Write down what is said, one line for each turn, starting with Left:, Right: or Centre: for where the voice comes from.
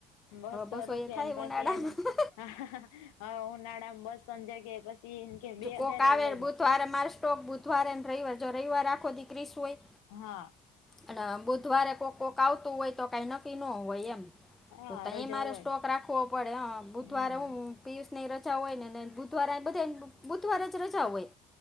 Left: બસો
Centre: હવે
Left: રૂપિયાની
Centre: એ થાય
Left: પાસે
Centre: ઉનાળામાં
Left: એ ને હ હ ઉનાળામાં બસ સંજગ પછી. કે બે હજાર
Centre: કોક આવે
Left: એવાય
Centre: બુધવારે મારે સ્ટોક બુધવારેને રવિવાર જો રવવાર આખો દી ક્ર્રીસ હોય.
Left: હા
Centre: અને બુધવારે કોઈક કોક આવતું હોય તો કઈ નક્કી ન હોય એમ તો
Left: હા
Centre: તહી
Left: રજા
Centre: મારે
Left: હોય
Centre: સ્ટોક રાખવો પડે હ બુધવારે
Left: હમ
Centre: હુ. પિયુષ ની રજા હોય ને બુધવાર બધા બુધવાર જ રજા હોય